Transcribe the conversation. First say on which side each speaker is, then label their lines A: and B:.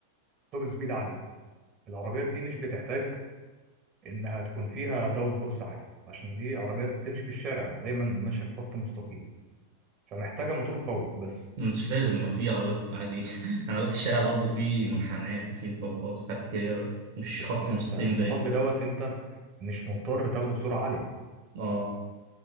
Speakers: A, on the right; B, on the right.
A: توب سبيد عالية العربيات دي مش بتحتاج إنها تكون فيها داون فورس عالي عشان دي عربيات بتمشي في الشارع دايما ماشية في خط مستقيم فمحتاجة موتور قوي بس
B: مش لازم ما في عربيات عادي <laughs> عربيات الشارع برضو في منحنيات وفي مطبات وفي حاجات كتير مش
A: بس
B: خط
A: يعني
B: مستقيم
A: انت المطب
B: دايما
A: دوت انت مش مضطر تاخده بسرعه عاليه
B: اه